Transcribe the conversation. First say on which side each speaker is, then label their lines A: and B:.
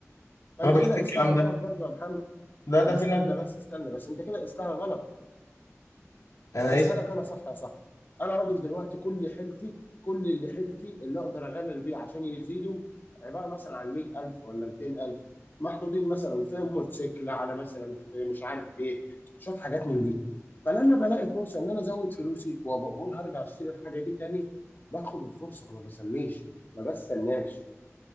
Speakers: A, on the left; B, on the left.
A: ما
B: انا
A: انت
B: بشوف
A: كده
B: الكلام
A: قستها غلط
B: ده
A: برضو يا محمد
B: لا ده
A: استنى
B: في ناس بت...
A: بس استنى بس انت كده قستها غلط
B: انا
A: هيسهلك
B: إيه؟
A: انا صح يا صاحبي انا راجل دلوقتي كل حيلتي كل اللي حيلتي اللي اقدر اغامر بيه عشان يزيدوا عباره مثلا عن 100000 ولا 200000 محطوطين مثلا في موتوسيكل على مثلا في مش عارف ايه شويه حاجات من دي فلما بلاقي فرصه ان انا ازود فلوسي وبقول هرجع اشتري الحاجه دي تاني باخد الفرصه ما بسميش ما بستناش